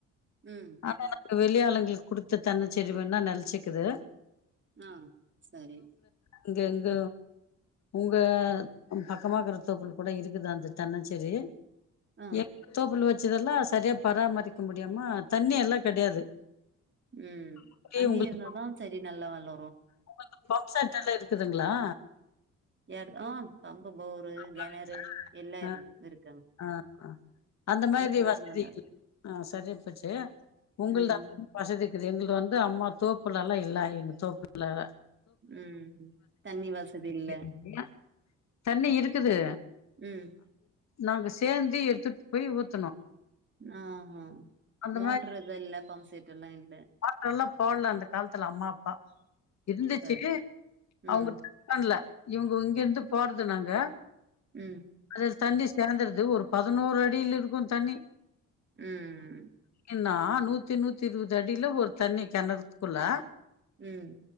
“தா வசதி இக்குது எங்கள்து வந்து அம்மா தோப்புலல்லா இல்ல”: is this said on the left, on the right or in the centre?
Left